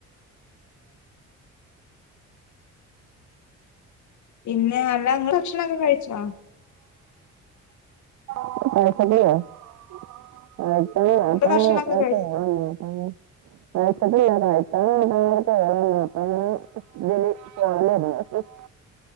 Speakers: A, on the left; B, on the right.
A: പിന്നെ അല്ല ങ്ങള്ഭക്ഷണൊക്കെ കഴിച്ചോ?
B: <inaudible>
A: നിങ്ങള് ഭക്ഷണൊക്കെ
B: <inaudible>
A: കഴിച്ച
B: <inaudible>